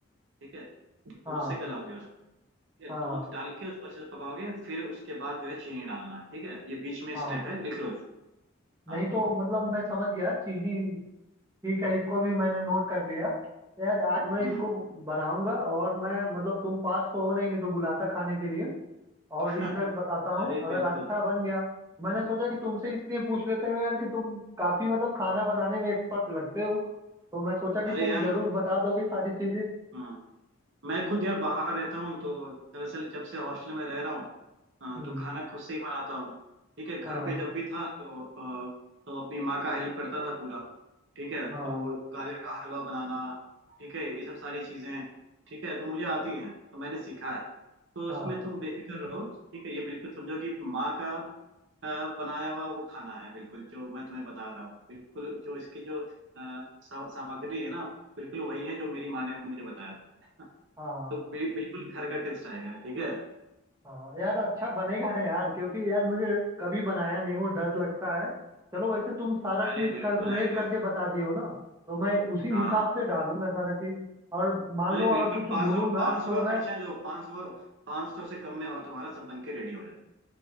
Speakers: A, on the right (about 60°); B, on the right (about 15°).
A: ठीक है दूध
B: हाँ
A: से गलाओगे उसको ठीक है
B: हाँ
A: दूध डाल के उसको अच्छे से पकाओगे फिर उसके बाद जो है चीनी डालना ठीक है ये बीच में
B: हाँ
A: स्टेप है लिख लो इसको
B: नहीं
A: हाँ
B: तो मतलब मैं समझ गया चीनी ठीक है इसको भी मैंने नोट कर लिया तो यार आज मैं
A: हम्म
B: इसको बनाऊंगा और मैं मतलब तुम पास तो हो नहीं नहीं तो बुलाता खाने के लिए और
A: <laughs>
B: इसका बताता हूँ
A: अरे
B: अगर
A: बिल्कुल
B: अच्छा बन गया मैंने सोचा कि तुमसे इसलिए पूछ लेते हो यार कि तुम काफी मतलब खाना बनाने में एक्सपर्ट लगते हो तो मैं सोचा कि
A: अरे
B: तुम
A: यार
B: जरूर बता दोगे सारी चीजें
A: हम्म, मैं खुद यार बाहर रहता हूँ तो दरअसल जब से हॉस्टल में रह रहा हूँ हाँ
B: हम्म।
A: तो खाना खुद से ही बनाता हूँ ठीक है घर
B: हाँ
A: पे जब भी था तो अ, तो अपनी माँ का हेल्प करता था पूरा ठीक है तो
B: हाँ
A: गाजर का हलवा बनाना ठीक है ये सब सारी चीजें ठीक है तो मुझे आती हैं तो मैंने सीखा है तो उसमें
B: हाँ
A: तुम बेफिक्र रहो ठीक है ये बिल्कुल समझो कि माँ का अ, बनाया हुआ वो खाना है बिल्कुल जो मैं तुम्हें बता रहा हूँ बिल्कुल जो इसकी जो अ, सा, सामग्री है ना बिल्कुल वही है जो मेरी माँ ने मुझे बताया था
B: हाँ
A: तो बि- बिल्कुल घर का टेस्ट आएगा ठीक है
B: हाँ यार अच्छा बनेगा ना यार क्योंकि यार मुझे कभी बनाया नहीं वो डर लगता है चलो वैसे तुम सारा
A: अरे
B: चीज
A: बिल्कुल
B: कैलकुलेट
A: आएगा
B: करके बता दियो ना तो मैं उसी
A: हाँ
B: हिसाब
A: हाँ।
B: से डालूंगा सारा चीज और मान
A: अरे
B: लो अगर
A: बिल्कुल
B: कुछ
A: पाँच
B: भूलूंगा
A: सौ पाँच सौ
B: तो
A: का
B: मैं
A: खर्चा जो पाँच सौ पाँच सौ से कम में हो- तुम्हारा सब बन के रेडी हो जाए